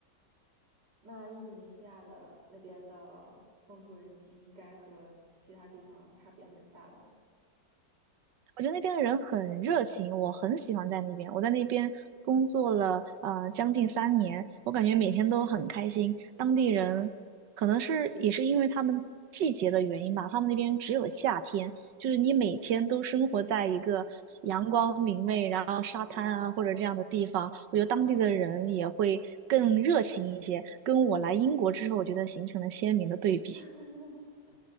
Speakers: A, on the right; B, on the right.
A: 那印度尼西亚的那边的风土人情应该和其他地方差别蛮大的
B: 我觉得那边的人很热情，我很喜欢在那边。我在那边工作了呃将近三年，我感觉每天都很开心。当地人可能是也是因为他们季节的原因吧，他们那边只有夏天，就是你每天都生活在一个阳光明媚，然后沙滩啊或者这样的地方，
A: 哦，
B: 我觉得当地的人也会更热情一些，
A: 确实，
B: 跟我来英国之后，我觉得形成了鲜明的对比。
A: <laughs>